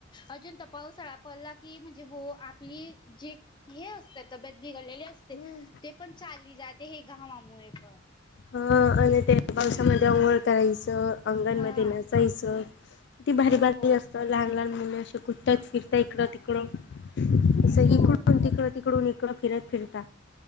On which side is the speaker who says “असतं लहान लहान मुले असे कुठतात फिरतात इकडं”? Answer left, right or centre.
Left